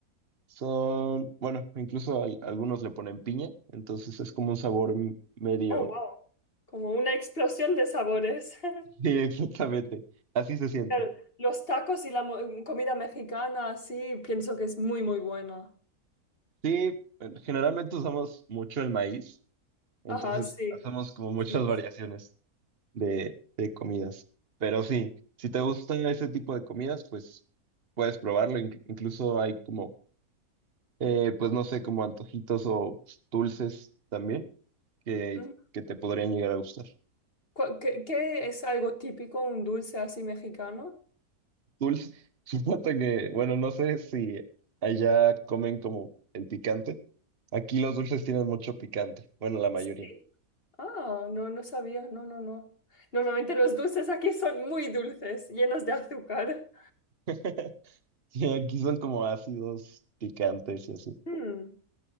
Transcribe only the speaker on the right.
son, bueno, incluso al- algunos le ponen piña, entonces es como un sabor m- medio,
<laughs> sí, exactamente, así se siente.
Sí, generalmente usamos mucho el maíz, entonces
hacemos como muchas
variaciones.
de, de comidas. Pero sí, si te gusta ese tipo de comidas, pues puedes probarlo. Inc- incluso hay como, eh, pues no sé, como antojitos o dulces también que,
que te podrían llegar a gustar.
Dulce, <laughs> supongo que, bueno, no sé si allá comen como el picante. Aquí los dulces tienen mucho picante, bueno, la mayoría.
<laughs> Sí, aquí son como ácidos picantes y así.